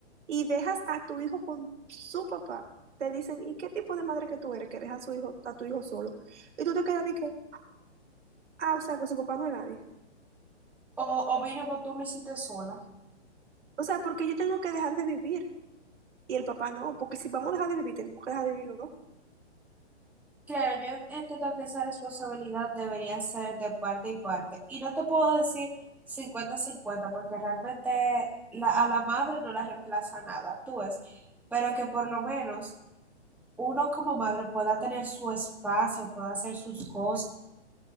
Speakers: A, on the right (about 75°); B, in the centre.
A: y dejas a tu hijo con su papá, te dicen, ¿y qué tipo de madre que tú eres que deja a su hijo, a tu hijo solo? Y tú te quedas de que, ah, o sea, que su papá no es nadie.
B: O, o mínimo tú lo hiciste sola.
A: O sea, porque yo tengo que dejar de vivir y el papá no, porque si vamos a dejar de vivir, tenemos que dejar de vivir los dos.
B: Claro, yo entiendo que esa responsabilidad debería ser de parte y parte. Y no te puedo decir cincuenta-cincuenta porque realmente la- a la madre no la reemplaza nada, tú ves. Pero que por lo menos uno como madre pueda tener su espacio, pueda hacer sus cosas